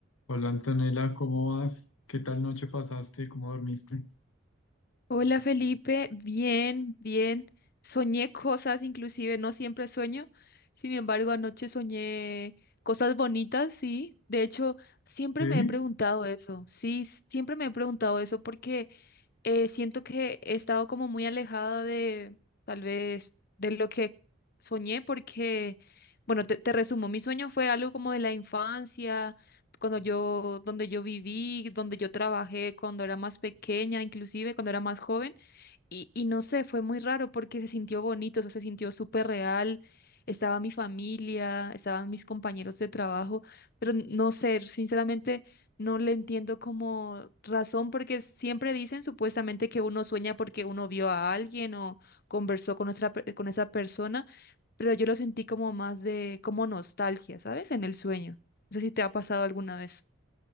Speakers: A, on the left (about 75°); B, on the left (about 45°).
A: Hola Antonella, ¿cómo vas? ¿Qué tal noche pasaste? ¿Cómo dormiste?
B: Hola Felipe, bien, bien. Soñé cosas, inclusive no siempre sueño. Sin embargo, anoche soñé cosas bonitas, sí. De hecho, siempre
A: Sí,
B: me he preguntado eso, sí, siempre me he preguntado eso porque eh, siento que he estado como muy alejada de tal vez de lo que soñé porque, bueno, te, te resumo, mi sueño fue algo como de la infancia, cuando yo, donde yo viví, donde yo trabajé, cuando era más pequeña, inclusive cuando era más joven. Y, y no sé, fue muy raro porque se sintió bonito, eso se sintió súper real. Estaba mi familia, estaban mis compañeros de trabajo, pero n- no sé, sinceramente no le entiendo como razón porque siempre dicen supuestamente que uno sueña porque uno vio a alguien o conversó con otra pe- con esa persona, pero yo lo sentí como más de como nostalgia, ¿sabes? En el sueño. No sé si te ha pasado alguna vez.